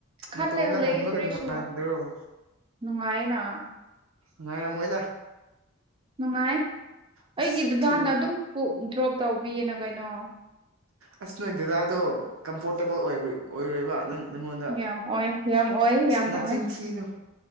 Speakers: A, on the right; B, on the right.
A: ꯈꯜꯂꯦ
B: ꯅꯇꯣꯝꯗ
A: ꯈꯜꯂꯦ
B: ꯍꯟꯕꯒ
A: ꯀ꯭ꯔꯦꯁꯨ
B: ꯅꯨꯡꯉꯥꯏꯗ꯭ꯔꯣ
A: ꯅꯨꯡꯉꯥꯏꯅ
B: ꯉ ꯃꯣꯏꯗ
A: ꯅꯨꯡꯉꯥꯏ
B: ꯑꯁ
A: ꯑꯩꯒꯤꯗꯨꯗꯥꯥ
B: ꯊꯨ
A: ꯍꯥꯟꯅ ꯑꯗꯨꯝ ꯗ꯭ꯔꯣꯞ ꯇꯧꯕꯤꯌꯦꯅ ꯀꯩꯅꯣ
B: ꯑꯁ ꯅꯣꯏ ꯗꯗꯥꯗꯣ ꯀꯝꯐꯣꯔꯇꯦꯕꯜ ꯑꯣꯏꯔꯣꯏꯕ ꯅꯪ ꯅꯪꯉꯣꯟꯗ
A: ꯌꯥꯝ ꯑꯣꯏ ꯌꯥꯝ ꯑꯣꯏ ꯌꯥꯝ
B: ꯅꯆꯤꯟ
A: ꯑꯣꯏ
B: ꯊꯤꯅꯨ